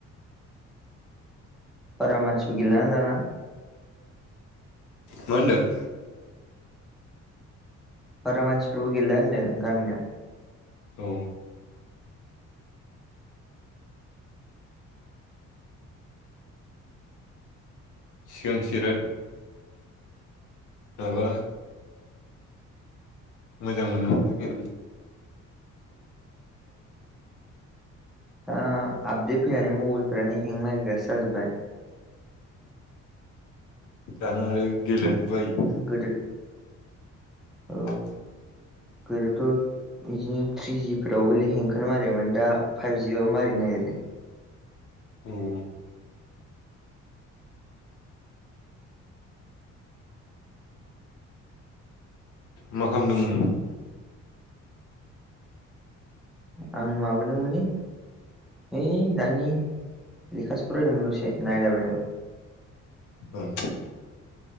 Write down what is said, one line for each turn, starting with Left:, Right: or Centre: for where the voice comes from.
Centre: बारा मानसिबो गेलाना दाना।
Left: मा होनदों?
Centre: बारा मानसिफोरबो गेलला होन्दों गामिना।
Left: अ। सिगांबो इराथ माबा मोजां मोनो मोन गेलनो?
Centre: ओ आपदेट फैनानै मबेलानो हें मारिग्रा जाजोबाया।
Left: दानो आरो गेलेन बायो।
Centre: गोदो औ
Left: <inaudible>
Centre: गोदोथ बिदिनो थ्रिजि फोरावबोल हेंखो मारियामोन दा फाइभजि बाबो मारिनो नागिरो।
Left: उम उम। मा खामदोंमोन?
Centre: आं माबादोंमोनलै। है दानि लेखासो फरायदोंमोन दसे नायला बायदोंमोन।
Left: ए,